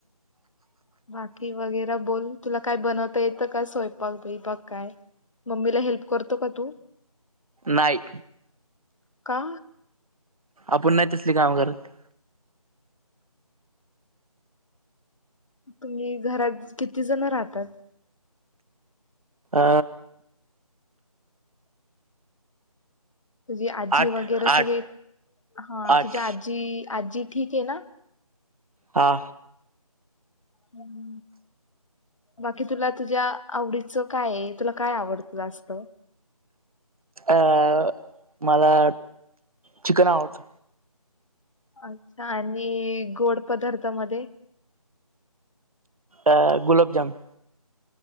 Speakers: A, on the left; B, on the right.
A: बाकी वगैर बोल तुला काय बनवता येतं का स्वयपाक बियपाक काय? मम्मीला हेल्प करतो का तु
B: नाही
A: का?
B: आपण नाही तसली काम करत.
A: तुम्ही घरात किती जण राहतात?
B: अ
A: तुझी आजी
B: आठ
A: वगैरे
B: आठ
A: सगळे हा
B: आठ
A: तुझ्या आजी आजी ठीक ये ना?
B: हा.
A: हम्म. बाकी तुला तुझ्या आवडीच काय ये? तुला काय आवडत जास्त?
B: अ मला चिकन आवडत.
A: ऐंका आणि गोड पदार्थ मधे.
B: अ गुलाबजाम.